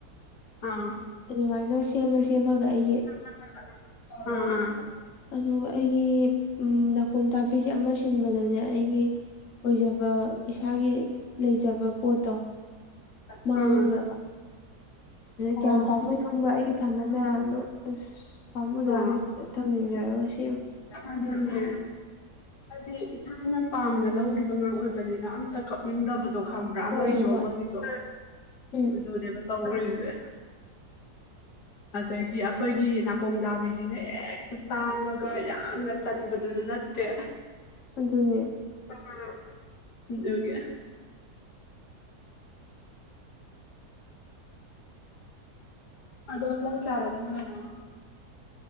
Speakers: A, on the left; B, on the left.
A: ꯑꯥ
B: ꯑꯗꯨꯃꯥꯏꯅ ꯁꯦꯝꯃ ꯁꯦꯝꯃꯒ ꯑꯩꯒꯤ
A: ꯑꯥꯑꯥ
B: ꯑꯗꯨꯒ ꯑꯩꯒꯤ ꯅꯥꯀꯣꯡ ꯇꯥꯛꯄꯤꯁꯦ ꯑꯃ ꯁꯤꯟꯕꯗꯅꯦ ꯑꯩꯒꯤ ꯑꯣꯏꯖꯕ ꯏꯁꯥꯒꯤ ꯂꯩꯖꯕ ꯄꯣꯠꯇꯣ
A: ꯑꯥ
B: ꯃꯥꯡꯈ꯭ꯔꯕ
A: ꯑꯣ
B: ꯀꯌꯥꯝ ꯄꯥꯝꯃꯣꯏ ꯈꯪꯕ꯭ꯔꯥ ꯑꯩꯒꯤ ꯊꯝꯕ ꯃꯌꯥꯝꯗꯣ ꯑꯁ ꯄꯥꯝꯃꯨꯖꯥꯠꯅꯤ
A: ꯑꯥ
B: ꯊꯝꯖꯤꯟꯖꯔꯒꯁꯤ
A: ꯑꯗꯨꯅꯦ ꯍꯥꯏꯗꯤ ꯏꯁꯥꯅ ꯄꯥꯝꯅ ꯂꯧꯈꯤꯕ ꯉꯥꯛ ꯑꯣꯏꯕꯅꯤꯅ ꯑꯝꯇ ꯀꯛꯅꯤꯡꯗꯕꯗꯣ ꯈꯪ
B: ꯍꯣꯏ
A: ꯑꯃꯒꯤꯁꯨ
B: ꯍꯣꯏ
A: ꯑꯃꯒꯤꯁꯨ
B: ꯎꯝ
A: ꯑꯗꯨꯅꯦꯕ ꯇꯧꯔꯤꯁꯦ ꯑꯗꯒꯤ ꯑꯩꯈꯣꯏꯒꯤ ꯅꯥꯀꯣꯡ ꯗꯥꯕꯤꯁꯤꯅ ꯍꯦꯛꯇ ꯇꯥꯡꯉꯒ ꯌꯥꯝꯅ ꯆꯟꯕꯗꯨꯁꯨ ꯅꯠ ꯇꯦ
B: ꯑꯗꯨꯅꯦ
A: <inaudible> ꯑꯗꯣ ꯄꯨꯡ ꯀꯌꯥꯗ ꯇꯨꯝꯗꫭꯏꯅꯣ